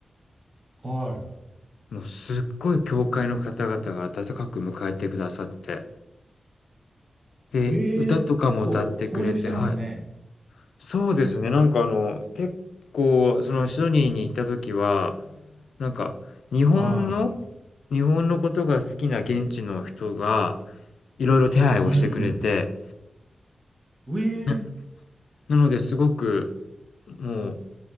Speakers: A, on the right (about 30°); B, on the left (about 85°).
A: は
B: もうすっごい教会の方々が温かく迎えてくださって、で、
A: い。ええ、
B: 歌とかも歌ってくれてはい。
A: 結構交流してますね。
B: そうですね。なんかあの、結構、そのシドニーに行った時は、なんか日本の、
A: は
B: 日本のことが好きな現地の人がいろいろ手配をしてくれて、
A: い。うんうん。ええ。
B: な、なのですごくもう